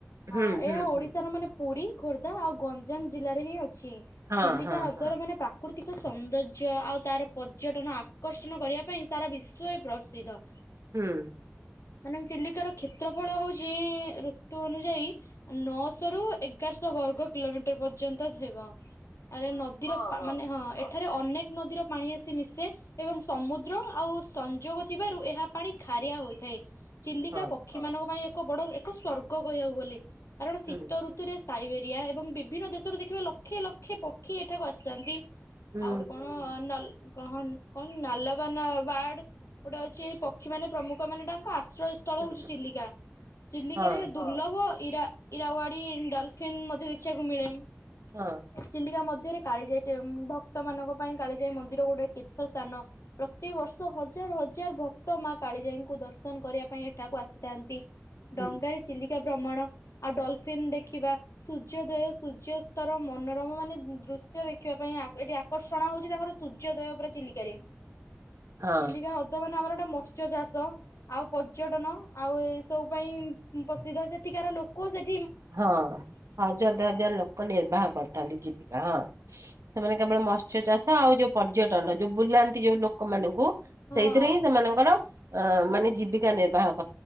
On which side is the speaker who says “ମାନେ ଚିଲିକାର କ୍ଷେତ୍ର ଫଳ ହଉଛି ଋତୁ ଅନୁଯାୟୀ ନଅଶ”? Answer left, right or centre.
Left